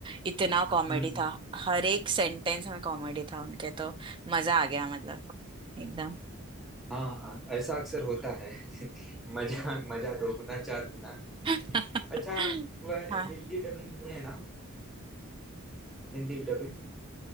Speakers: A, on the right; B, in the centre.
A: इतना कॉमेडी
B: हम्म,
A: था हर एक सेंटेंस में कॉमेडी था उनके तो मजा आ गया मतलब एकदम
B: हाँ हाँ, ऐसा अक्सर होता है <laughs> मजा मजा दो गुना चार गुना
A: <laughs>
B: अच्छा वह
A: हाँ
B: हिंदी डबिंग भी है ना हिंदी डबिंग